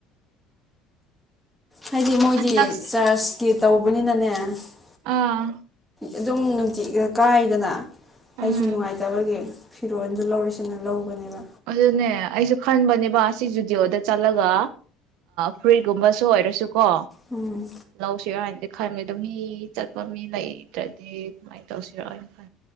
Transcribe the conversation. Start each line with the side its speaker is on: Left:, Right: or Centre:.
Centre: ꯍꯥꯏꯗꯤ ꯃꯣꯏꯗꯤ
Right: ꯅꯛꯁ
Centre: ꯆꯔꯆꯀꯤ ꯇꯧꯕꯅꯤꯅꯅꯦ <unintelligible>
Right: ꯑꯥ
Centre: ꯑꯗꯨꯝ ꯅꯨꯡꯇꯤꯠ ꯀꯥꯏꯗꯅ ꯑꯩꯁꯨ
Right: ꯎꯝ
Centre: ꯅꯨꯡꯉꯥꯏꯇꯕꯒꯤ ꯐꯤꯔꯣꯜꯗꯨ ꯂꯧꯔꯁꯤꯅ ꯂꯧꯕꯅꯦꯕ
Right: ꯑꯗꯨꯅꯦ ꯑꯩꯁꯨ ꯈꯟꯕꯅꯦꯕ ꯁꯤ ꯖꯨꯗꯤꯑꯣꯗ ꯆꯠꯂꯒ ꯐꯨꯔꯤꯠꯒꯨꯝꯕꯁꯨ ꯑꯣꯏꯔꯁꯨ ꯀꯣ
Centre: ꯎꯝ
Right: ꯂꯧꯁꯤꯔ ꯍꯥꯏ ꯈꯟꯕꯅꯦ ꯑꯗꯣ ꯃꯤ ꯆꯠꯄ ꯃꯤ ꯂꯩꯇ꯭ꯔꯗꯤ ꯀꯃꯥꯏꯅ ꯇꯧꯁꯤꯔꯑꯣꯅ ꯈ